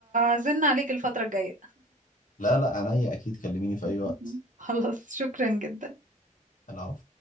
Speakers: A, on the right; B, on the left.
A: هزن عليك الفترة الجاية
B: لا لا عينيا أكيد كلميني في أي وقت
A: <laughs> خلاص شكرا جدا
B: العفو